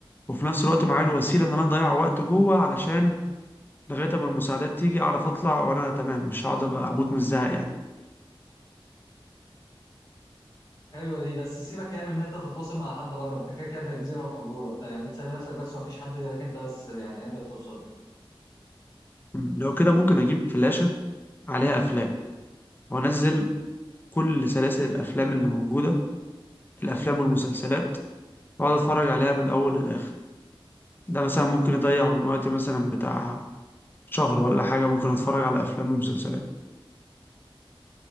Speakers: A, on the left; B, on the left.
A: وفي نفس الوقت معايا الوسيلة إن أنا أضيع وقت جوه علشان لغاية اما المساعدات تيجي اعرف اطلع وانا تمام مش هقعد ابقى اموت من الزهق يعني
B: حلوة دي بس سيبك يعني من ان انت تتواصل مع حد بره انت كده كده في جزيرة مجهورة انت يعني بتسلي نفسك بس ومفيش حد غيرك انت بس يعني قادر توصل له.
A: مم. لو كده ممكن اجيب فلاشة عليها افلام وانزل كل سلاسل الافلام اللي موجودة الافلام والمسلسلات واقعد اتفرج عليها من الاول للاخر ده مثلا ممكن يضيع من وقتي مثلا بتاع شهر ولا حاجة ممكن اتفرج على افلام ومسلسلات